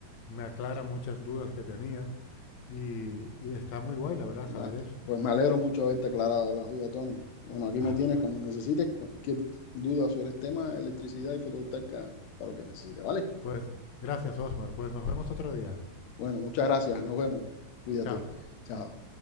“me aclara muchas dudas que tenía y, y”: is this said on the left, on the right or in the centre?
Left